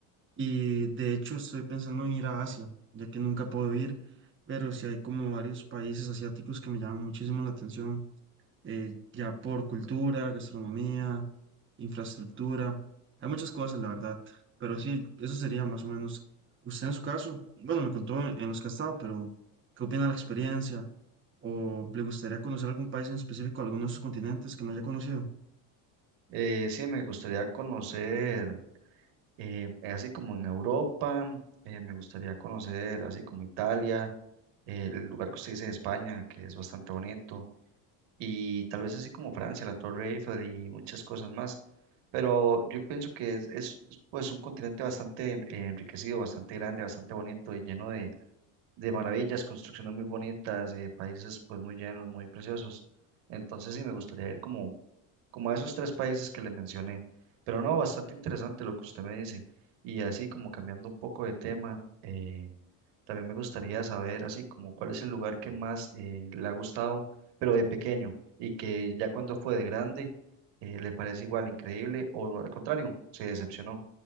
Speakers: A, on the right (about 25°); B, on the right (about 70°).
A: y de hecho estoy pensando en ir a Asia, ya que nunca puedo ir, pero sí hay como varios países asiáticos que me llaman muchísimo la atención eh, ya por cultura, gastronomía, infraestructura. Hay muchas cosas, la verdad. Pero sí, eso sería más o menos. Usted en su caso, bueno, me contó en, en los que ha estado, pero ¿qué opina de la experiencia? ¿O le gustaría conocer algún país en específico, alguno de esos continentes que no haya conocido?
B: Eh, sí, me gustaría conocer, eh, así como en Europa, eh, me gustaría conocer, así como Italia, eh, el lugar que usted dice de España, que es bastante bonito. y tal vez así como Francia, la Torre Eiffel y muchas cosas más. Pero yo pienso que es, es, pues un continente bastante en- enriquecido, bastante grande, bastante bonito y lleno de, de maravillas, construcciones muy bonitas, eh, países pues muy llenos, muy preciosos. Entonces sí me gustaría ir como, como a esos tres países que le mencioné. Pero no, bastante interesante lo que usted me dice. Y así como cambiando un poco de tema. eh, también me gustaría saber así como cuál es el lugar que más eh, le ha gustado, pero de pequeño, y que ya cuando fue de grande eh, le parece igual increíble o al contrario, se decepcionó.